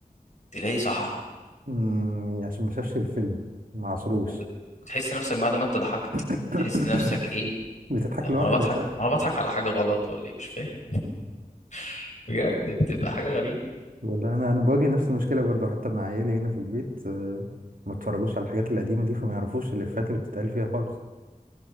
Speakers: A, on the left (about 55°); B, on the right (about 70°).
A: تلاقي صحراء
B: أمم، عشان ما شافش الفيلم ما عصروش
A: وبت- وتحس نفسك بعد ما أنت ضحكت
B: <coughs>
A: تحس نفسك إيه
B: بتضحك
A: وأنا
B: لوحدك
A: بضحك
B: آه.
A: وأنا بضحك على حاجة غلط ولا إيه مش فاهم <laughs> بجد بتبقى حاجة غريبة
B: والله انا انا بواجه نفس المشكله برضو حتى مع عيالي هنا في البيت آه، ما اتفرجوش على الحاجات القديمه دي فما يعرفوش الافيهات اللي بتتقال فيها خالص